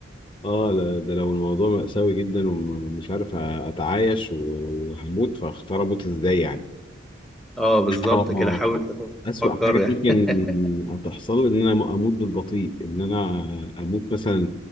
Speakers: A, on the left; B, in the centre.
A: اه لا ده لو الموضوع مأساوي جدا ومش عارف أتعايش وهموت فاختار أموت إزاي يعني
B: اه بالظبط
A: اه
B: كده حاول
A: أسوأ
B: تفكر
A: حاجة
B: يعني
A: ممكن
B: <laughs>
A: تحصل إن أنا أموت بالبطيء إن أنا أموت مثلا